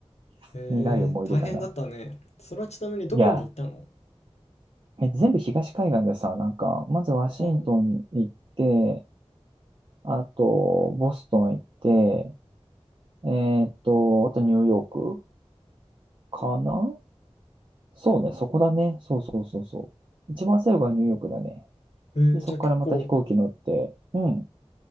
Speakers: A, on the right; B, on the left.
A: <laughs>
B: へえ、
A: 苦い思い出かな。
B: 大変だったね。それはちなみにどこに行ったの
A: いや、え、全部東海岸でさ、なんか、まずワシントン行って、
B: ああ
A: あと、ボストン行って、えーっと、あとニューヨークかなそうね、そこだね。そうそうそうそう。一番最後がニューヨークだね。
B: ー、
A: で、
B: へえ、
A: そこからまた飛行機乗って、
B: じゃあ結構、
A: うん。